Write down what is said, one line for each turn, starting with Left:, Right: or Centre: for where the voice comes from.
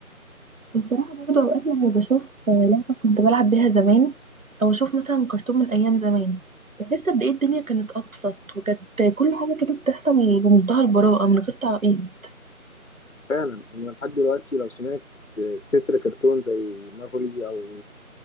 Right: والصراحه برضو اوقات لما بشوف آه، لعبه كنت بلعب بيها زمان او اشوف مثلا كرتون من ايام زمان بحس قد ايه الدنيا كانت ابسط وكانت كل حاجه كده بتحصل بمنتهى البراءه من غير تعقيد
Left: فعلا أنا لحد دلوقتي لو سمعت تتر كرتون زي ماكولي أو